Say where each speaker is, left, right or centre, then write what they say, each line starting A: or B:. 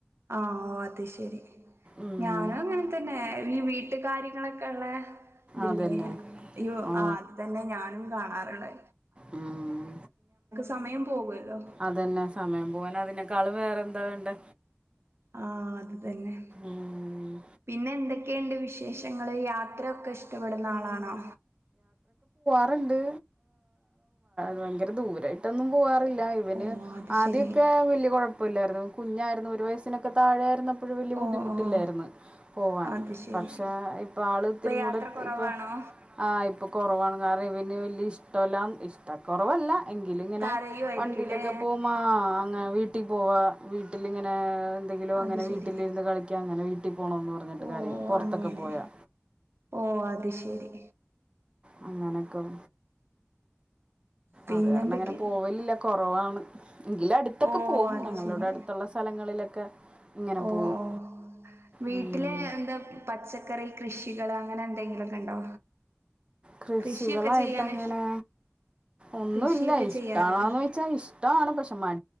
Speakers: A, on the right; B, on the right.
A: ആഹ് ഓ അത്ശെരി
B: ഉം.
A: ഞാനും അങ്ങനെ തന്നെ ഈ വീട്ട- വീട്ട് കാര്യങ്ങളൊക്കെ ഉള്ള ഇതിലെ
B: അതന്നെ
A: അയ്യോ
B: ഓ
A: അത് തന്നെ ഞാനും കാണാറുള്ള-
B: ഉം
A: സമയം പോകുവല്ലോ
B: അതന്നെ സമയം പോവാന അതിന ക്കാളും വേറെന്താവേണ്ടെ
A: ആഹ് അത്തന്നെ
B: ഉം.
A: പിന്നെ എന്തൊക്ക ക്കെയ്ണ്ട് വിശേഷങ്ങൾ യാത്രയൊക്കെ ഇഷ്ടപ്പെടുന്നാളാണോ?
B: പണ്ട്. ഭയങ്കര ദൂരയിട്ടൊന്നും പോവാറില്ല- അവന്
A: ഓ അത്
B: ആദ്യമൊക്കെ
A: ശരി
B: വലിയ കുഴപ്പില്ലായിരുന്നു കുഞ്ഞായിരുന്നു ഒരു വയസിനൊക്കെ താഴെയായിരുന്ന അപ്പോഴ വലിയ
A: ഓ
B: ബുദ്ധിമുട്ടില്ലായിരുന്നു.
A: ഓ
B: പോവാൻ
A: അത് ശരി
B: പക്ഷേ ഇപ്പൊ ആള് ഇത്തിരിം
A: യാത്ര
B: കൂടെ
A: കുറവാണോ
B: ഇപ്പൊ ആഹ് ഇപ്പൊ കുറവാണ് കാരണം ഇവന് വലിയ ഇഷ്ടമല്ല ഇ കൊറവല്ല എങ്കിലിങ്ങനെ
A: കരയുവായിരിക്കുംല്ലേ
B: വണ്ടിലൊക്കെ പോകുമ്പ ആ വീട്ട കട്ടി പോവാ വീട്ടിലിങ്ങനെ എന്തെങ്കിലും അങ്ങനെ
A: അത് ശരി
B: വീട്ടിലിരുന്ന് കളിക്കാ അങ്ങനെ വീട്ടി പോണംന്ന് പറഞ്ഞിട്ട്
A: ഓ
B: കരയും പൊറത്തൊക്കെ
A: അങ്ങനെ
B: പോയാ
A: ഓ അത് ശരി
B: ആ നനക്കും
A: പിന്നെന്തൊക്കെ
B: അത് കാരണങ്ങനെ പോവലില്ല കൊറവാണ് എങ്കില അടുത്തൊക്കെ
A: ഓ
B: പോകവും
A: അത്
B: ഞങ്ങളുടെ
A: ശരി
B: അടുത്തുള്ള സ്ഥലങ്ങളിലൊക്കെ ഇങ്ങനെ
A: ഓ
B: പോവും
A: ഓ വീട്ടിലെ
B: ഉം.
A: എന്താ പച്ചക്കറി കൃഷി കുട്ടികള് അങ്ങനെ എന്തെങ്കിലുമൊക്കെ ഉണ്ടോ
B: കൃഷികളായിട്ട്
A: കൃഷിയൊക്കെ ചെയ്യാന്
B: എങ്ങനെ ഒന്നുമല്ല
A: കൃഷിയൊക്കെ
B: ഇഷ്ടാണന്ന്
A: ചെയ്യാറുണ്ടോ
B: ചോച്ചാൽ ഇഷ്ടമാണ് പക്ഷെ മ